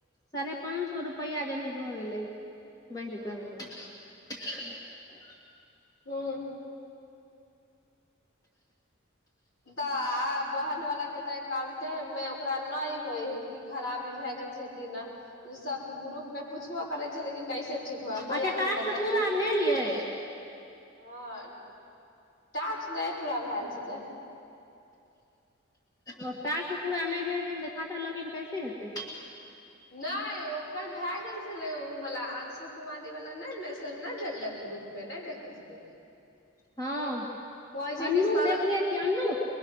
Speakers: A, on the left (about 20°); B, on the left (about 65°).
A: सारे पाँच सए रुपैआ जन भऽ गेलै बहिर
B: हूँ
A: का <unintelligible>
B: हू तऽ बहन वला के तऽ कउंट मे ओकरा नहि होइ है कि खराबी भए गेल छै कि नहि ओ सब ग्रुप मे पुछबो करै छल कि कैसे ठीक हुए कोई
A: अच्छा
B: याद नहि
A: टास्क
B: बताए
A: पूरा भेल यै
B: आओर तच नहि पूरा भए छलै
A: आ ास् पूरा नहि भेल छै तऽ खाता लगिन कैसे हेतै
B: नहि ओ ओकर भए गेल छलै ओ वालला अंशु कुमारी वाल न नहि मेसज नहि झलक ग्रुप में नहि देखल द
A: हँ
B: कहै छै
A: अन्नू
B: कि सर
A: देखने छियै अन्नू